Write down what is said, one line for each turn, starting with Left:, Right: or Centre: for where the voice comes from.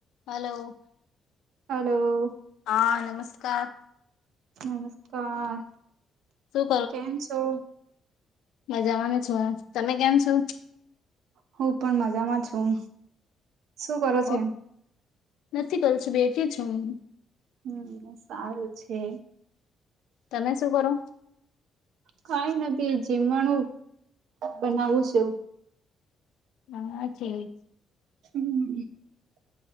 Left: હલો.
Right: હલો.
Left: હા નમસ્કાર.
Right: નમસ્કાર
Left: શું
Right: કેમ છો.
Left: મજાવાને છો તમે કેમ છો.
Right: હું પણ મજામાં છું. શું કરો છે
Left: ઓ નથી કરલ છું બેઠી છ હું.
Right: હમ સારું છે.
Left: તમે શું કરો.
Right: કઈ નથી જીમણું બનાવું છે એવ.
Left: હા છે.
Right: હમ